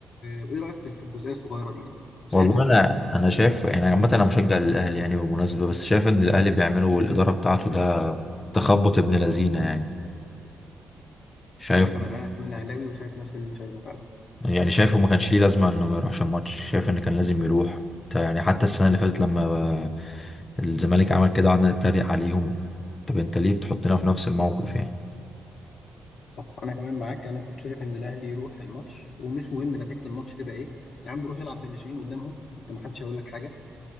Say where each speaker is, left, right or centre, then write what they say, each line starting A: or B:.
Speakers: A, on the left; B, on the left.
A: وايه رايك في في الجزئيه الصغيره دي يعني شايفها
B: والله
A: ازاي
B: انا انا شايف يعني عامه انا مشجع للاهلي يعني بالمناسبه بس شايف ان الاهلي بيعملوا الاداره بتاعته ده تخبط ابن لذينه يعني شايف
A: انا كمان انا كمان اهلاوي وشايف نفس اللي انت شايفه فعلا
B: يعني شايفه ما كانش ليه لازمة انه ما يروحش الماتش شايف ان كان لازم يروح ت- يعني حتى السنة اللي فاتت لما آه، الزمالك عمل كده قعدنا نتريق عليهم طب انت ليه بتحطنا في نفس الموقف يعني
A: صح انا كمان معاك انا كنت شايف ان الاهلي يروح الماتش ومش مهم نتيجه الماتش تبقى ايه يا عم روح العب بالناشئين قدامهم انت ما حدش هيقول لك حاجه